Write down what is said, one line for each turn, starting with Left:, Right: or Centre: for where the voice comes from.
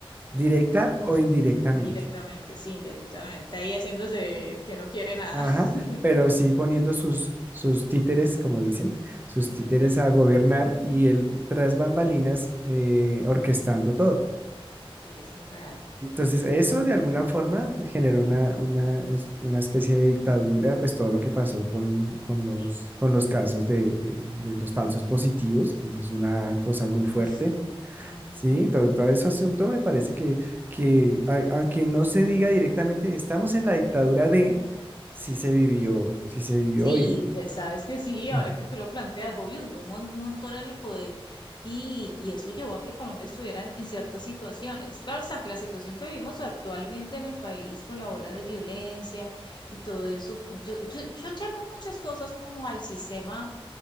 Left: sí,
Right: directa
Left: un montón.
Right: o indirectamente.
Left: Indirectamente, sí, indirectamente. Ahí haciéndose el que no quiere nada.
Right: Ajá,
Left: <laughs>
Right: pero sí poniendo sus, sus títeres, como dicen, sus
Left: Sí,
Right: títeres a gobernar y él tras bambalinas eh, orquestando todo.
Left: sí, es muy real.
Right: Entonces, eso de alguna forma generó una, una, es- una especie de dictadura, pues todo lo que pasó con, con los,
Left: Sí.
Right: con los casos de, de- de los falsos positivos, eso es una cosa muy fuerte.
Left: Uf, ujú.
Right: Sí, todo, todo ese asunto me parece que, que a- aunque no se diga directamente, estamos en la dictadura de, sí se vivió, sí se vivió
Left: Sí,
Right: y...
Left: de- sabes que sí,
Right: <clears throat>
Left: ahora que tú lo planteas, obvio, duró un mon- montón en el poder y, y eso llevó a que Colombia estuviera en, en ciertas situaciones. Claro, está que la situación que vivimos actualmente en el país con la ola de violencia y todo eso, yo, yo, yo achaco muchas cosas como al sistema